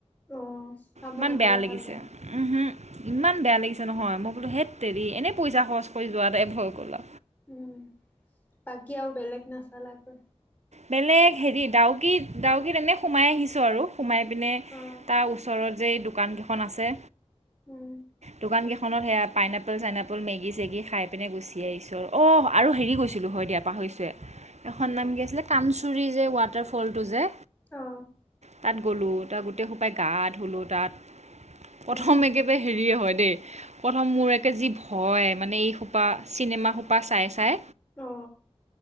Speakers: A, on the left (about 15°); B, on the right (about 90°).
A: অ চাব
B: ইমান
A: নাপালা
B: বেয়া লাগিছে
A: ভালদৰে
B: উম ইমান বেয়া লাগিছে নহয় মই বোলো হেত তেৰি এনেই পইচা খৰচ কৰি যোৱা এ এভয <unintelligible>
A: উম বাকী আৰু বেলেগ নাচালাকৈ
B: বেলেগ হেৰি ডাউকিত ডাউকিত এনে সোমাই আহিছোঁ আৰু সোমাই পিনে
A: অ
B: তাৰ ওচৰত যে দোকানকেইখন আছে
A: অঁ
B: দোকান কেইখনত সেয়া পাইনাপল চাইনপল মেগি চেগি খাই পিনে গুচি আহিছোঁ অঁ আৰু হেৰি গৈছিলোঁ হয় দিয়া পাহৰিছোৱে এখন নাম কি আছিলে কানচুৰৰি যে ৱাটাৰফলটো যে
A: অ
B: তাত গ'লোঁ তাত গোটেই সোপাই গা ধুলোঁ তাত প্ৰ
A: উম
B: ব হেৰিয়ে হয় দেই প্ৰথম মোৰ একে যি ভয় মানে এই সোপা চিনেমা সোপা চাই চাই
A: অ